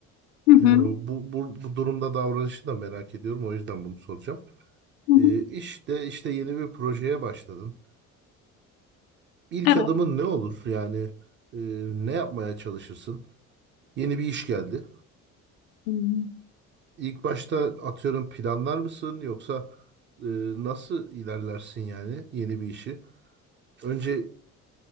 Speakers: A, on the left (about 55°); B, on the right (about 30°).
A: hı hı,
B: yani bu, bu, bu durumda davranışı da merak ediyorum o yüzden bunu soracağım.
A: hı hı.
B: E, işte işte yeni bir projeye başladın. İlk
A: Evet,
B: adımın ne olur? Yani e, ne yapmaya çalışırsın? Yeni bir iş geldi.
A: Hmm.
B: İlk başta atıyorum planlar mısın yoksa e, nasıl ilerlersin yani yeni bir işi? Önce